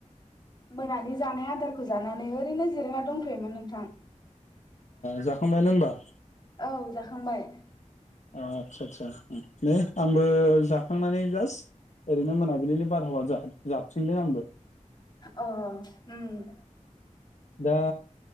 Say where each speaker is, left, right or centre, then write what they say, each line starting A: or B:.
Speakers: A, on the left (about 35°); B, on the left (about 65°).
A: मोनानि जानाया आदार खौ जानानै ओरैनो जिरेैनो जिरायना दंथयोमोन नोंथां
B: जाखांबायानो होमबा?
A: औ जाखांबाय
B: आच्छा आच्छा नै आंबो जाखांनानै जास्ट ओरैनो मोनाबिलिनि बारहावा जाबथिंदों आंगो
A: अ उम
B: दा